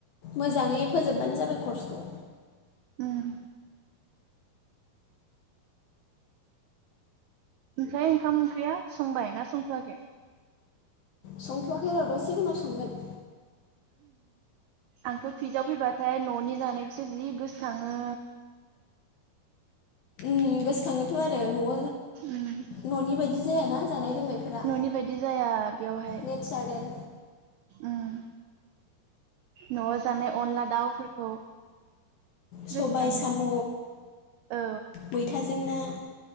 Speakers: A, on the left (about 70°); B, on the right (about 85°).
A: मोजाङै फोजोबबानो जाबाय कर्सखौ।
B: उम ओमफ्राय ओंखाम-ओंख्रिया संबाय ना संथ'वाखै?
A: संथ'आखै र' द'से उनाव संगोन
B: आंथ' पिजीआव फैबाथाय न'नि जानायखौसो जि गोसोखांङो।
A: गोसोखांङोथ' आरो न'आव
B: उम
A: न'नि बायदि दि जायायााना जानाय लोंनायफोरा
B: न'नि बायदि जाया बेयावहाय।
A: नेचारेल
B: उम न'आव जानाय अनला दाउफोरखौ
A: सबाय
B: गोसोखाङो
A: साम'
B: औ
A: मैथाजों ना